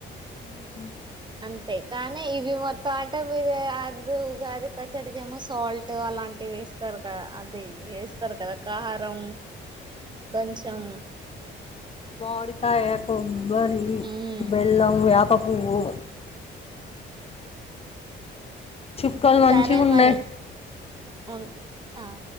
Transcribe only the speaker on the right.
అంతే కానీ ఇవి మొత్తం అంటే మీరు అది ఉగాది పచ్చడికి ఏమో సాల్ట్ అలాంటివి వేస్తారు కద అది వేస్తారు కదా కార రం కొంచెం
ఉమ్
సరే మరి ఉన్ ఆ